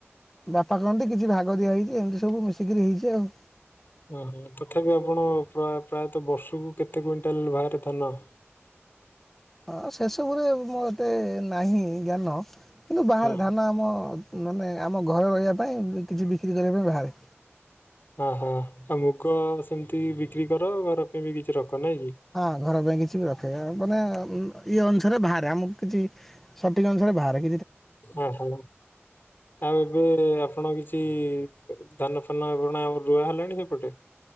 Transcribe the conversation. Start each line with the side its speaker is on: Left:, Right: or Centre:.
Centre: ବାପା କହନ୍ତି କିଛି ଭାଗ ଦିଆହେଇଚି ଏମତି ସବୁ ମିଶିକିରି ହେଇଚି ଆଉ।
Left: ଓହୋ ତଥାପି ଆପଣ ପ୍ରୟା ପ୍ରାୟତଃ ବର୍ଷକୁ କେତେ କୁଇଣ୍ଟାଲ ବାହାରେ ଧାନ?
Centre: ହଁ ସେସବୁରେ ମୁଁ ଏତେ ନାହିଁ ଜ୍ଞାନ। କିନ୍ତୁ ବାହାରେ
Left: ହୁଁ
Centre: ଧାନ ଆ ମ ମାନେ ଆମ ଘରେ ରହିବା ପାଇଁ କିଛି ବିକ୍ରି କରିବା ପାଇଁ ବାହାରେ।
Left: ଅ ହୋ ଆଉ ମୁଗ ସେମତି ବିକ୍ରି କର ଘର ପାଇଁ ବି କିଛି ରଖ ନାଇଁ କି।
Centre: ହଁ ଘର ପାଇଁ କିଛି ବି ରଖେ। ମାନେ ଇଏ ଅନୁସାରେ ଭାରେ ଆମକୁ କିଛି ସଠିକ ଅନୁସାରେ ଭାରେ।
Left: ଓ ହୋ ଆଉ ଏବେ ଆପଣ କିଛି ଧାନ ଫାନ ବୁଣା ଆଉ ରୁଆ ହେଲାଣି ସେପଟେ?